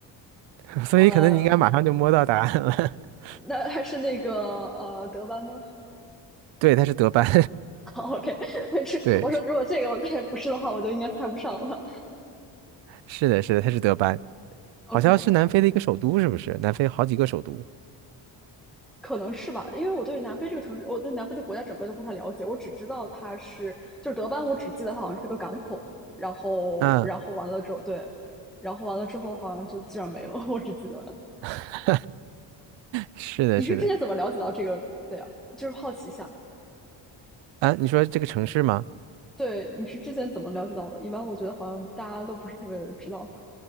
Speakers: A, on the right; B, in the centre.
A: <laughs> 所以可能你应该马上就摸到答案了。
B: 呃，
A: <laughs>
B: 那还是那个呃德班吗
A: 对，他是德班，
B: <laughs>？OK，
A: <laughs>
B: <laughs> 这我说如果这个我再不是的话，
A: 对，
B: 我就应该猜不上了。
A: 是的，是的，他是德班，
B: OK，
A: 好像是南非的一个首都，是不是？南非好几个首都，
B: 可能是吧，因为我对南非这个城市，我对南非的国家整个就不太了解，我只知道它是，就是德班，我只记得它好像是个港口，然后，
A: 嗯，
B: 然后完了之后，对，然后完了之后好像就基本上没了，<laughs> 我只记得。
A: <laughs> 是的，
B: 你是之前怎么了解到这个？
A: 是的，
B: 对呀，就是好奇一下。
A: 啊，你说这个城市吗？
B: 对，你是之前怎么了解到的？一般我觉得好像大家都不是特别知道。